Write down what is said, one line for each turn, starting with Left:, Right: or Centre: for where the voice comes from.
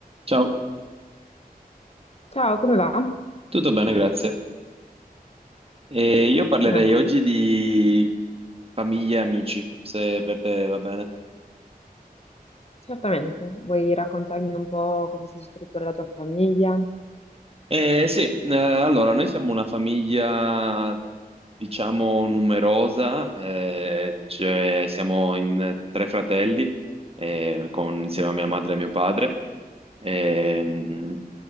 Right: Ciao,
Left: Ciao, come va?
Right: tutto bene, grazie. E io parlerei
Left: Meno male.
Right: oggi di famiglie e amici, se per te va bene.
Left: Certamente. Vuoi raccontarmi un po' come si struttura la tua famiglia?
Right: Eh, sì, eh, allora, noi siamo una famiglia, diciamo, numerosa, eh, cioè siamo in tre fratelli, eh, con, insieme
Left: Mhm.
Right: a mia madre e mio padre. Ehm,